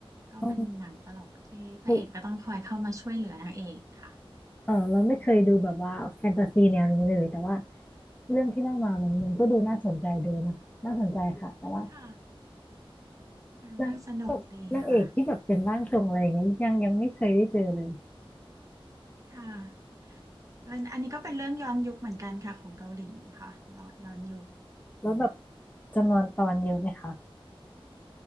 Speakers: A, on the right; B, on the left.
A: ก็เป็นหนังตลกที่พระเอกก็ต้องคอยเข้ามาช่วยเหลือนางเอกค่ะ
B: ต้อืมเออเราไม่เคยดูแบบว่าแฟนตาซีแนวนี้เลยแต่ว่าเรื่องที่เล่ามามันมันก็ดูน่าสนใจดูนะน่าสนใจค่ะแต่ว่า
A: ค่ะเนื้อเรื่องสนุกดีค่ะ
B: นางนางเอกที่แบบเป็นร่างทรงอะไรอย่างเงี้ยยังยังไม่เคยได้เจอเลย
A: ค่ะ เป็นอันนี้ก็เป็นเรื่องย้อนยุคเหมือนกันค่ะของเกาหลีค่ะย้อนยุค
B: แล้วแบบจำนวนตอนเยอะไหมคะ